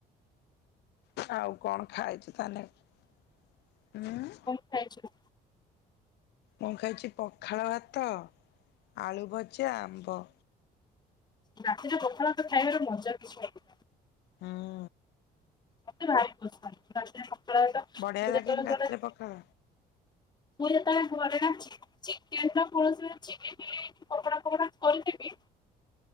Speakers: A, on the left; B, on the left.
A: ଆଉ କଣ ଖାଇଚୁ ତାହାନେ ଉଁ?
B: ଖାଇଚୁ
A: ମୁଁ ଖାଇଚି ପଖାଳ ଭାତ, ଆଳୁ ଭଜା, ଆମ୍ବ।
B: ରାତିରେ ପଖାଳ ଭାତ ଖାଇବାର ମଜା କିଛି ଅଲ
A: ହୁଁ।
B: ମତେ ଭାରି ପସନ୍ଦ ରାତିରେ ପଖାଳ ଭାତ
A: ବଢିଆ
B: ମୁଁ
A: ଲାଗେନି
B: ଯେତେବେଳେ
A: ରାତିରେ
B: ଘରେ
A: ପଖାଳ
B: ମୁୁ ଯେତେବେଳେ ଘରେ ନ ଅଛି ଚିକେନର କୌଣସି ଚିକେନ ଚିଲ୍ଲି ପକୋଡା ଫକୋଡା କରିଦେବି